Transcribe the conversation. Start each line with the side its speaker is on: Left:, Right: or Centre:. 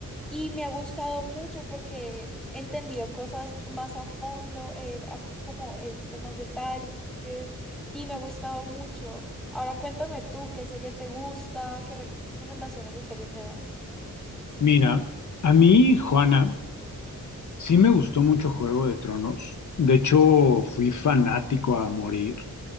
Centre: Y me ha gustado mucho porque he entendido cosas más a fondo, eh, a- como he visto más detalles y me ha gustado mucho. Ahora cuéntame tú, ¿qué serie te gusta? ¿Qué recomendaciones de series me das?
Left: Mira, a mí, Juana, sí me gustó mucho Juego de Tronos. De hecho, fui fanático a morir.